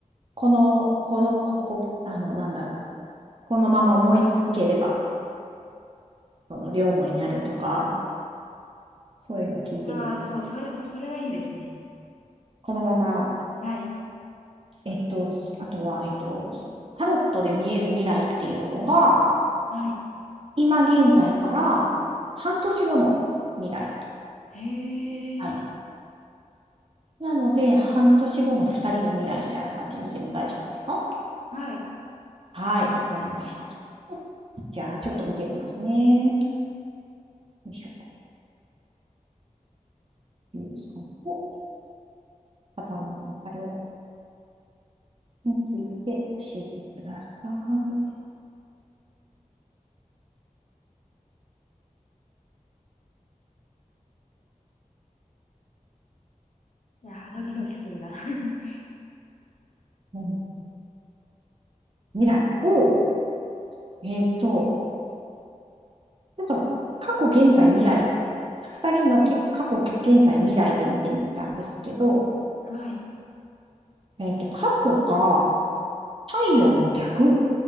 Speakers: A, on the right; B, on the left.
A: この、この、ここ、あの、なんだろう。このまま思い続ければ、その、両思いになるとか。そういうのを聞いてみると。
B: ん。ああ、そう、それ、そそれがいいですね。
A: このまま、
B: はい。
A: えっと、あとは、えっと、そうタロットで見える未来っていうのが、
B: はい。
A: 今現在から半年後の未来
B: へえ。
A: なんです。なので、半年後の二人の未来みたいな感じで見ても大丈夫ですか
B: はい。
A: はい、わかりました。じゃあ、ちょっと見てみますね。よいしょ、ゆうさんと片方の別れについて教えてください。
B: いやー、ドキドキするな。<laughs>
A: うん未来を、えっと、ちょっと過去、現在、未来、二人のけ過去、現在、未来で見てみたんですけど、
B: はい。
A: えっと、過去が太陽の逆